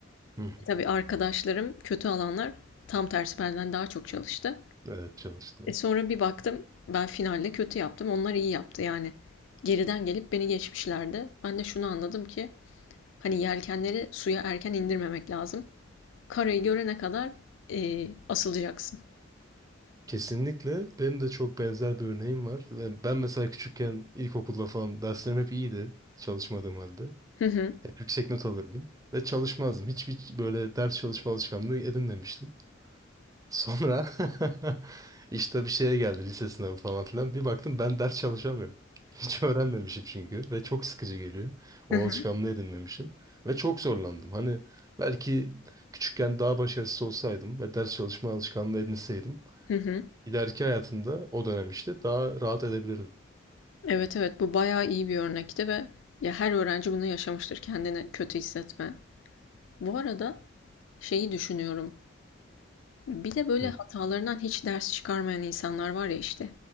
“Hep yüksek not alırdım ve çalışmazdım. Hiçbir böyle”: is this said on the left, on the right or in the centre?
Right